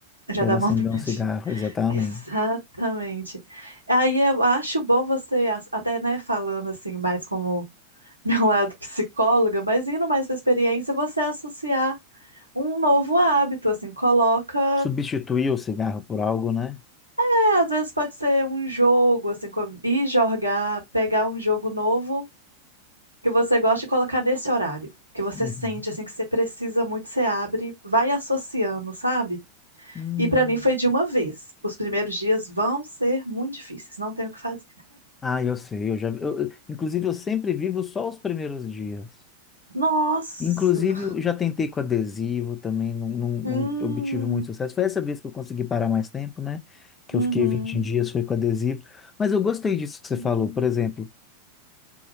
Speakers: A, on the left; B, on the right.
A: quero
B: Já dá
A: acender
B: vontade.
A: um cigarro, exatamente.
B: <laughs> Exatamente. Aí eu acho bom você, as- até, né, falando assim, mais como <laughs> meu lado psicóloga, mas indo mais pra experiência, você associar um novo hábito, assim, coloca.
A: Substituir o cigarro por algo, né?
B: É, às vezes pode ser um jogo, assim, co- ir jogar, pegar um jogo novo que você gosta e colocar nesse horário. Que você
A: Uhum.
B: sente, assim, que você precisa muito, você abre, vai associando, sabe?
A: Hum.
B: E pra mim foi de uma vez. Os primeiros dias vão ser muito difíceis, não tem o que fazer.
A: Ah, eu sei, eu já, eu, eu- inclusive eu sempre vivo só os primeiros dias.
B: Nossa!
A: Inclusive eu já tentei com adesivo também, não, não, não
B: Hum,
A: obtive muito sucesso. Foi essa vez que eu consegui parar mais tempo, né? Que
B: uhum,
A: eu fiquei 20 dias, foi com adesivo. Mas eu gostei disso que você
B: hum,
A: falou. Por exemplo,